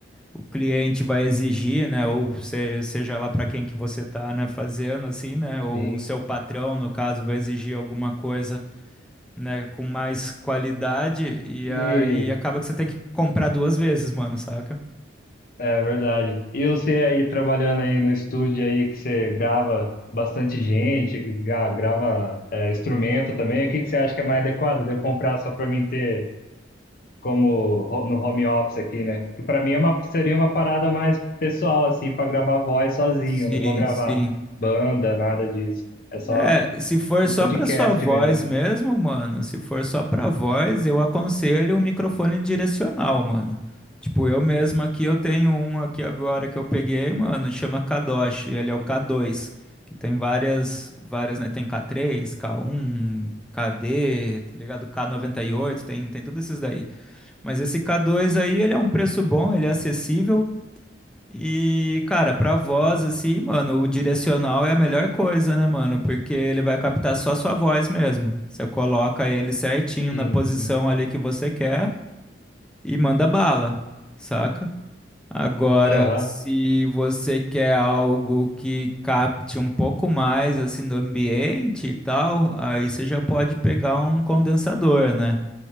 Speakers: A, in the centre; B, on the left (about 50°).
A: o cliente vai exigir, né, ou se- seja lá para quem que você está, né, fazendo assim, né, ou
B: sim.
A: o seu patrão, no caso, vai exigir alguma coisa, né, com mais qualidade e
B: E
A: aí acaba que você tem que comprar duas vezes, mano, saca?
B: é verdade. E você aí trabalhando aí no estúdio aí que você grava bastante gente, que gra- grava é, instrumento também, o que que você acha que é mais adequado de eu comprar só pra mim ter como ho- no home office aqui, né? Que para mim é uma, seria uma parada mais pessoal, assim, para gravar voz sozinho.
A: Sim,
B: Eu não vou gravar
A: sim.
B: banda, nada disso. É só
A: É, se for
B: um
A: só
B: podcast
A: pra sua voz
B: mesmo.
A: mesmo, mano, se for só pra voz, eu aconselho um microfone direcional, mano. Tipo, eu mesmo aqui, eu tenho um aqui agora que eu peguei, mano, chama Kadosh, ele é o k dois. que tem várias, várias, né, tem k três, K1, KD, tá ligado? k noventa e oito. tem, tem tudo esses daí. Mas esse k dois aí, ele é um preço bom, ele é acessível, e, cara, pra voz, assim, mano, o direcional é a melhor coisa, né, mano? Porque ele vai captar só a sua voz mesmo. Você coloca ele certinho
B: Sim,
A: na posição
B: sim.
A: ali que você quer e manda bala, saca? Agora,
B: Aham,
A: se você quer algo que capte um pouco mais, assim, do ambiente e tal, aí você já pode pegar um condensador, né?